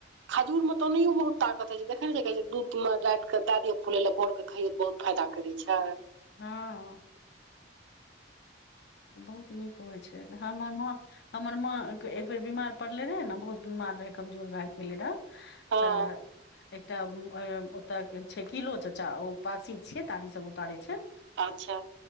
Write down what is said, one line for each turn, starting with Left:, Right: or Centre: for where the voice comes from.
Right: खजूर मे तऽ ओनहियो बहुत ताकत होय छै। देखै नै छियै जे कहै छै। जे दूध मे राति के दए दियौ फुले ले भोर के खाइयो तो बहुत फायदा करै छै।
Left: हँ। बहुत नीक होइ छै हमर माँ हमर माँ एक बेर बीमार पड़ले रहै ने बहुत बीमार रहै कमजोर भए गेल रहै ने
Right: हँ
Left: तऽ एकटा ओतऽ छै। किलो चाचा ओ पासी छियै तारी सभ तारै छै।
Right: अच्छा